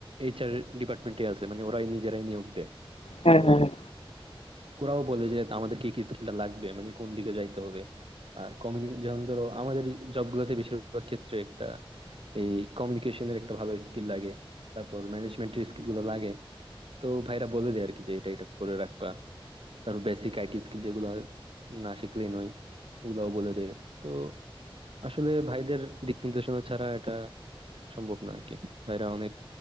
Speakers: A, on the right; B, on the left.
A: এইচআর ডিপার্টমেন্টে আছে মানে ওরাই নিজেরাই নিয়োগ দেয়
B: হ্যাঁ
A: তো
B: হ্যাঁ হ্যাঁ
A: ওরাও বলে যে আমাদের কি কি স্কিলটা লাগবে মানে কোন দিকে যাইতে হবে আর কমিউনিকেশন যেমন ধরো আমাদের জবগুলোতে বেশিরভাগ ক্ষেত্রে একটা এই কমিউনিকেশনের একটা ভালো স্কিল লাগে তারপর ম্যানেজমেন্টের স্কিল গুলো লাগে তো ভাইরা বলে দেয় আর কি যে এটা এটা করে রাখবা তারপর বেসিক আইটি স্কিল যেগুলো না শিখলেই নয় ওগুলাও বলে দেয় তো আসলে ভাইদের দিক নির্দেশনা ছাড়া এটা সম্ভব না আর কি ভাইরা অনেক